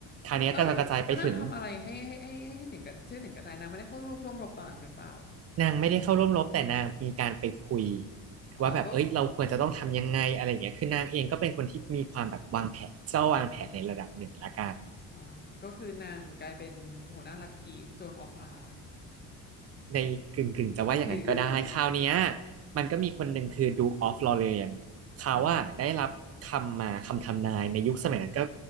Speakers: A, on the right; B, on the left.
A: คราวเนี้ยกระจอนกระจายไปถึง
B: แล้วไม่แล้วนางทำอะไรให้ให้ให้ให้ชื่อเสียงกระชื่อเสียงกระจายนางไม่ได้เข้าร่วมร่วมรบตอนนั้นหรือเปล่า
A: นางไม่ได้เข้าร่วมรบแต่นางมีการไปคุย
B: อ๋อก็
A: ว่าแบบเอ้ยเราควรจะต้องทำยังไงอะไรอย่างเงี้ยคือนางเองก็เป็นคนที่มีความแบบวางแผนเจ้าวางแผนในระดับหนึ่งละกัน
B: อ่าก็คือนางกลายเป็นหัวหน้าลัทธิโจนออฟอาร์ค
A: ในกึ่งกึ่งจะว่าอย่างนั้นก็ได้คราวเนี้ย
B: <laughs>
A: มันก็มีคนหนึ่งคือ Duke of Lorraine เขาว่าได้รับคำมาคำทำนายในยุคสมัยนั้นก็
B: อ่าฮะ